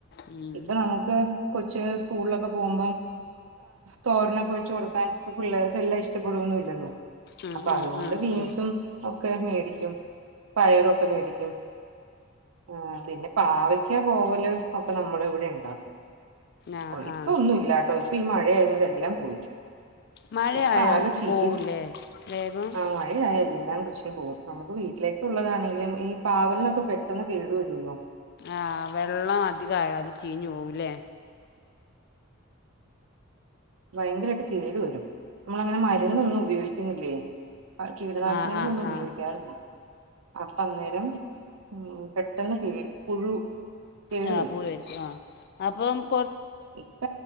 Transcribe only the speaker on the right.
ഇപ്പൊ നമുക്ക് കൊച്ച് സ്കൂളിലൊക്കെ പോകുമ്പം തോരനൊക്കെ വെച്ച് കൊടുക്കാൻ പിള്ളേർക്ക്. തെല്ലാം ഇഷ്ടപ്പെടൊന്ന ഇല്ലല്ലോ
അപ്പൊ
അതുകൊണ്ട്
ബീൻസും
ഒക്കെ മേടിക്കും. പയറൊക്കെ മേടിക്കും ആ പിന്നെ പാവക്കാ കോവല് ഒക്കെ നമ്മൾ ഇവിടെ ഉണ്ടാക്കും.
ഇപ്പൊ
ഒന്നും ഇല്ലാട്ടോ ചോ. അപ്പ ഈ മഴയതുകൊണ്ട് എല്ലാം പോയി.
ഇപ്പൊ ആകെ ചീരെ
ആ മഴയ എല്ലാം കൃഷിയും പോകും. നമുക്ക് വീട്ടിലേക്ക്. ഉള്ളതാണെങ്കിലും ഈ പാവലിനൊക്കെ പെട്ടെന്ന് കേടു വരുല്ലോ
ഭയങ്കരമായിട്ട് കേടു വരും നമ്മൾ അങ്ങനെ മരുന്നൊന്നും ഉപയോഗിക്കുന്നില്ലേ. കീടനാശിനികളൾ
ഒന്നും
ഉപയോഗിക്കാറില്ല അപ്പൊ അന്നേരം. ഉം പെട്ടെന്ന് കേ പുഴു കേടു
വരും.
ഇപ്പ